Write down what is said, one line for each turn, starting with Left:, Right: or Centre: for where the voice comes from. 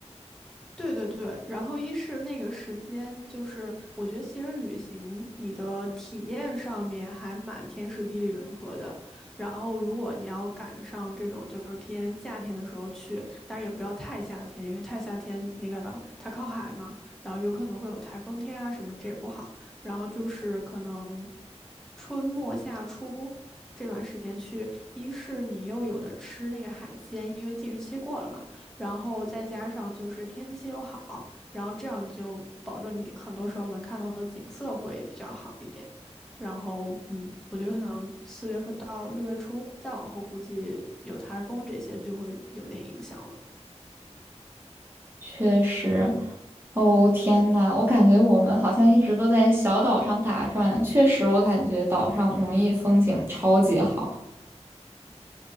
Centre: 对对对，然后一是那个时间，就是我觉得其实旅行你的体验上面还蛮天时地利人和的。然后如果你要赶上这种就是偏夏天的时候去，当然也不要太夏天，因为太夏天那个它靠海嘛，然后有可能会有台风天啊什么，这也不好。然后就是可能春末夏初这段时间去，一是你又有的吃那个海鲜，因为禁渔期过了嘛。然后再加上就是天气又好，然后这样就保证你很多时候能看到的景色会比较好一点。然后，嗯，我觉得可能四月份到六月初，再往后估计有台风这些就会有点影响了。
Right: 确实。哦，天呐，我感觉我们好像一直都在小岛上打转。确实，我感觉岛上容易风景超级好。